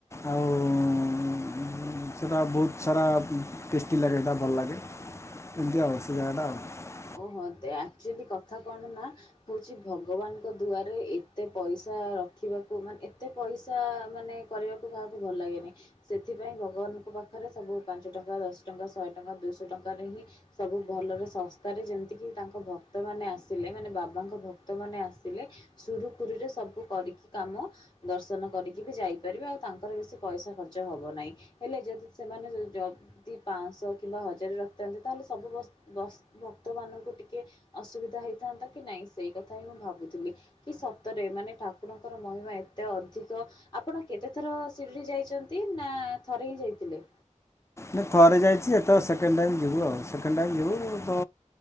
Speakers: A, on the left; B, on the left.
A: ଆଉ ଉଁ ସେଇଟା ବହୁତ ସାରା ଟେଷ୍ଟି ଲାଗେ ସେଇଟା ଭଲ ଲାଗେ ଏମିତି ଆଉ ସେ ଜାଗା ଟା ଆଉ।
B: ଓହୋ ଏମତି ଆକଚୁଆଲି କଥା କଣ ନା ହଉଛି ଭଗବାନଙ୍କ ଦୁଆରେ ଏତେ ପଇସା ରଖିବାକୁ ମାନେ ଏତେ ପଇସା ମାନେ କରିବାକୁ କାହାକୁ ଭଲ ଲାଗେନି ସେଥିପାଇଁ ଭଗବାନ ଙ୍କ ପାଖରେ ସବୁ ପାଞ୍ଚ ଟଙ୍କା ଦଶ ଟଙ୍କା ଶହେ ଟଙ୍କା ଦୁଇଶହ ଟଙ୍କାରେ ହିଁ ସବୁ ଭଲରେ ଶ ସ୍ତାରେ ଯେମିତି କି ତାଙ୍କ ଭକ୍ତ ମାନେ ଆସିଲେ ମାନେ ବାବାଙ୍କ ଭକ୍ତ ମାନେ ଆସିଲେ ସୁରୁଖୁରୁରେ ସ ସବୁ କରିକି କାମ ଦର୍ଶନ କରିକି ବି ଯାଇପାରିବେ ଆଉ ତାଙ୍କର ବେଶି ପଇସା ଖର୍ଚ୍ଚ ହବ ନାହିଁ। ହେଲେ ଯଦି ସେମାନେ ଯ ଯଦି ପାଁଶ କିମ୍ବା ହଜାରେ ରଖିଥାନ୍ତେ ତାହେଲେ ସବୁ ବସ୍ ବସ୍ ଭକ୍ତମାନଙ୍କୁ ଟିକେ ଅସୁବିଧା ହେଇଥାନ୍ତା କି ନାଇଁ ସେଇ କଥା ହିଁ ମୁଁ ଭାବୁଥିଲି କି ସତରେ ମାନେ ଠାକୁରଙ୍କର ମହିମା ଏତେ ଅଧିକ ଆପଣ କେତେଥର ସିରିଡି ଯାଇଚନ୍ତି ନା ଥ ରେ ହିଁ ଯାଇଥିଲେ?
A: ନା ଥରେ ଯାଇଛି ଏ ତ ସେକେଣ୍ଡ ଟାଇମ ଯିବୁ ଆଉ ସେକେଣ୍ଡ ଟାଇ ଯିବୁ ତ